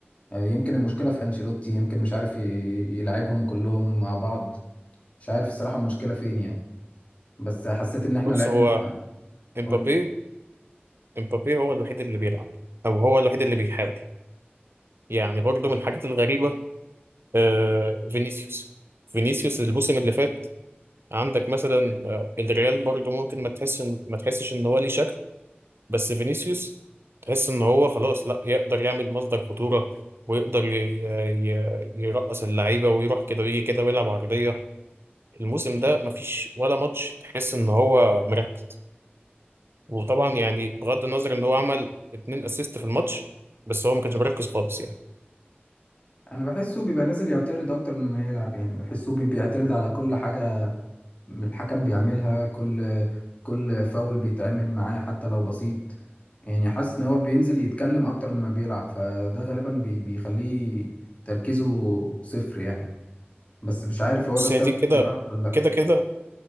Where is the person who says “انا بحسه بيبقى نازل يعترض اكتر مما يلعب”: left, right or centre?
Left